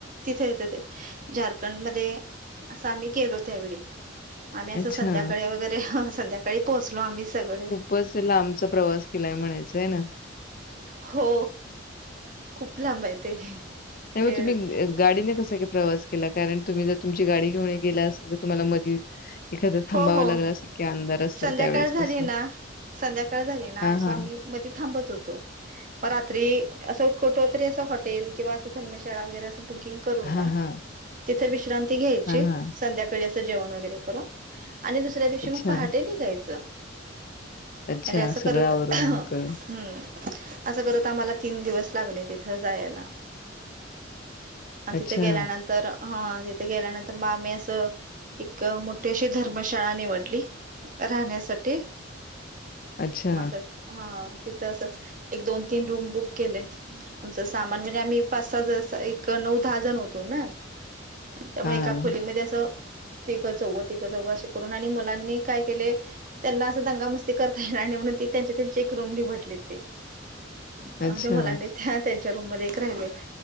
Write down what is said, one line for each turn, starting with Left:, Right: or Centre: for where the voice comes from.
Right: तिथे येतं ते झारखंडमध्ये त आम्ही केलो त्यावेळी. आम्ही असं
Left: अच्छा.
Right: संध्याकाळी वगैरे संध्याकाळी पोहोचलो आम्ही सगळे.
Left: पसं लांबचा प्रवास केलाय म्हणायचं आहे ना.
Right: हो खूप लांब आहे ते.
Left: तेव्हा
Right: असे
Left: तुम्ही अ गाडीने कसं गं प्रवास केला कारण तुम्ही जर तुमची गाडी घेऊन गेला असेल तर तुम्हाला मधी एखादं थांबावं
Right: हो हो
Left: लागलं असेल की अंधार असेल
Right: संध्याकाळ
Left: त्यावेळेस
Right: झाली
Left: कसं?
Right: ना संध्याकाळ झाली ना
Left: हां,
Right: असं
Left: हां.
Right: आम्ही मध्ये थांबत होतो. प रात्री असं कुठ तरी असं हॉटेल किंवा असं धर्मशाळा वगैरे असं बु किंग करून
Left: हां,
Right: ना
Left: हां.
Right: तिथे विश्रांती घ्यायची
Left: हां, हां.
Right: संध्याकाळी असं जेवण वगैरे करून आणि दुसऱ्या दिवशी
Left: अच्छा.
Right: म पहाटे निघायचं.
Left: अच्छा.
Right: म्हणजे असं
Left: सगळं
Right: करत
Left: आवरून
Right: हम्म.
Left: करून.
Right: असं करत आम्हाला तीन दिवस लागले तिथं जायला. आणि
Left: अच्छा.
Right: तिथे गेल्यानंतर हा तिथे गेल्यानंतर म आम्ही असं एक मो ठेशी धर्मशाळा निवडली राहण्यासाठी
Left: अच्छा.
Right: म असं हा तिथंं असं एक दोन तीन रूम बुक केले. आमचं सामान म्हणजे आम्ही पाच सहा जसं एक नऊ दहा जण होतो ना त्यामुळे
Left: हां.
Right: एका खोलीमध्ये असं तीकं चौघ तीकं चौघं अशे करून आणि मुलांनी काय केले त्यांना असं दंगामस्ती करता येणार नाही म्हणून ती त्यांचे त्यांचे एक रूम निवडले ते. त्यामध्ये
Left: अच्छा.
Right: मुलांनी त्या त्यांच्या रूम मध्ये एक राहिले.